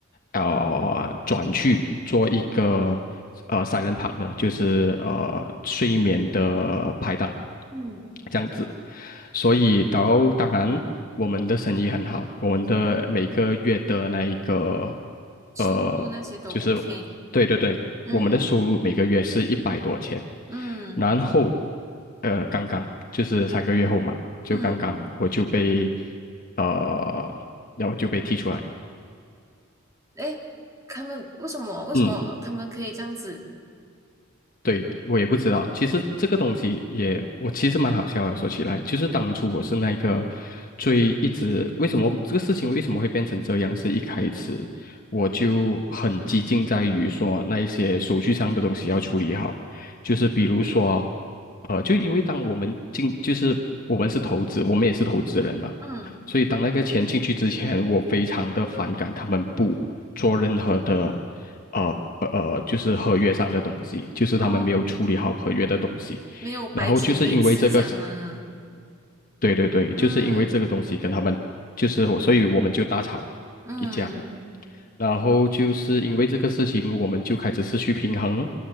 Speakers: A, on the left (about 40°); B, on the right (about 15°).
A: 呃转去做一个呃 silent partner，就是呃睡眠的拍档
B: 嗯，
A: 这样子。所以，到当然我们的生意很好，我们的每个月的那一个
B: 收入那些都
A: 呃就是
B: OK。
A: 对对对，
B: 嗯
A: 我们的收入每个月是一百多钱，
B: 嗯
A: 然后呃刚刚就是三个月后嘛，就刚刚我就被
B: 嗯，
A: 呃然后就被踢出来了。
B: 哎，他们为什么为什么他们可以这样子？
A: 嗯。对，我也不知道。其实这个东西也，我其实蛮好笑的。说起来，就是当初我是那个最一直为什么这个事情为什么会变成这样，是一开始我就很激进在于说那一些手续上的东西要处理好，就是比如说，呃，就因为当我们进，就是我们是投资，我们也是投资人嘛，
B: 嗯
A: 所以当那个钱进去之前，我非常的反感他们不做任何的。呃呃，呃，就是合约上的东西，就是他们没有处理好合约的东西，
B: 哦，没有白纸黑字这样啊。
A: 然后就是因为这个是，对对对，
B: 嗯
A: 就是因为这个东西跟他们就是我，所以我们就大吵一架，
B: 嗯
A: 然后就是因为这个事情，我们就开始失去平衡，